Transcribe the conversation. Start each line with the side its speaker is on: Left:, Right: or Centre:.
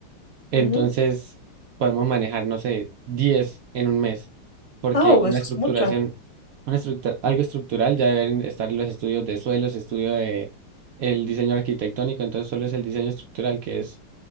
Right: entonces
Left: Ujú.
Right: podemos manejar, no sé, 10 en un mes, porque
Left: Oh,
Right: una
Left: eso
Right: estructuración,
Left: es mucho.
Right: una estructura, algo estructural ya deben estar los estudios de suelos, estudio de el diseño arquitectónico, entonces solo es el diseño estructural que es